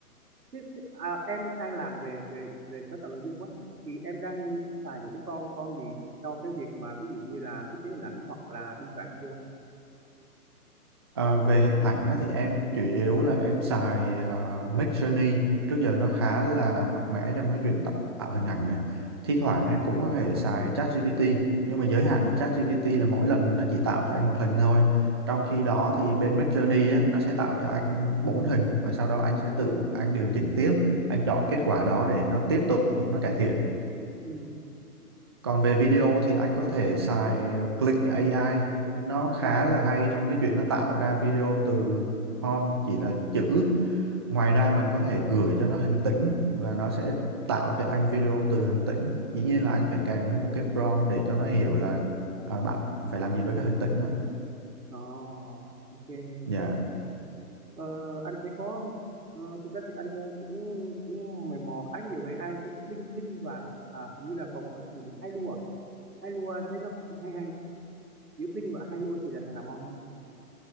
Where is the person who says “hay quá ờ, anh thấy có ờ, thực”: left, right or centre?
Right